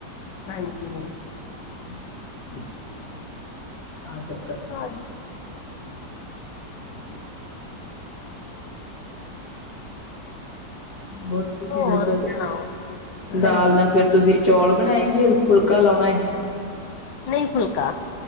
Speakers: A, on the left; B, on the left.
A: ਹਾਂਜੀ।
B: <inaudible> ਕਾਅ ਚ?
A: <inaudible>
B: ਹ ਹੋਰ ਤੁਸੀਂ
A: ਹੋਰ
B: ਦੱਸੋ <unintelligible>
A: ਸੁਣਾਓ
B: ਦਾਲ
A: ਹਾਂਜੀ
B: ਨਾ ਫੇਰ ਤੁਸੀਂ ਚੌਲ ਬਣਾਏ <unintelligible> ਫੁਲਕਾ ਲਾਉਣਾ ਏ?
A: ਨ‌ਈ ਫੁਲਕਾ,